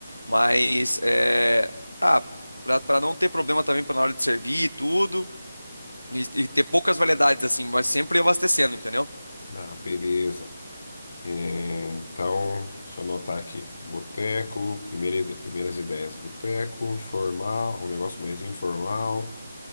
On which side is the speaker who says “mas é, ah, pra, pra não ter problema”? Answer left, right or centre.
Left